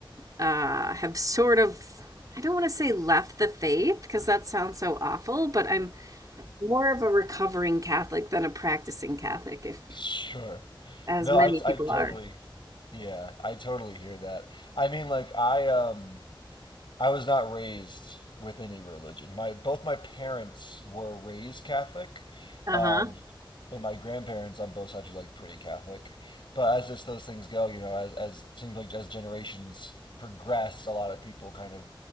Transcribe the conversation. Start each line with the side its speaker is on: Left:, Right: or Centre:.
Right: uh, have sort of, I don't want to say left the faith because that sounds so awful, but I'm more of a recovering Catholic than a practicing Catholic, if
Left: Sure.
Right: as
Left: No,
Right: many
Left: I
Right: people
Left: I totally
Right: are.
Left: yeah, I totally hear that. I mean like I um I was not raised with any religion. My both my parents were raised Catholic,
Right: Uh
Left: um,
Right: huh.
Left: and my grandparents on both sides were like pretty Catholic. But as just those things go, you know, as as seems like as generations progress, a lot of people kind of